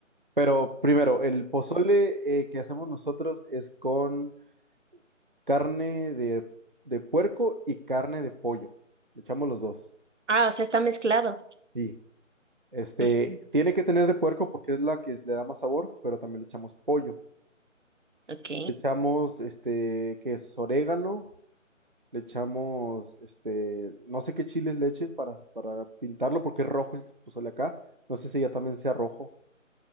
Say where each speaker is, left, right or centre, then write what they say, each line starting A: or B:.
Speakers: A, on the right; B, on the right.
A: Pero primero, el pozole eh, que hacemos nosotros es con carne de, de puerco y carne de pollo. Le echamos los dos.
B: Ah, o sea, está mezclado.
A: Sí. Este,
B: Ujú,
A: tiene que tener de puerco porque es la que le da más sabor, pero también le echamos pollo.
B: Ok.
A: Y Le echamos, este, ¿qué es? Orégano. Le echamos, este, no sé qué chiles le echen para, para pintarlo porque es rojo el pozole acá. No sé si ya también sea rojo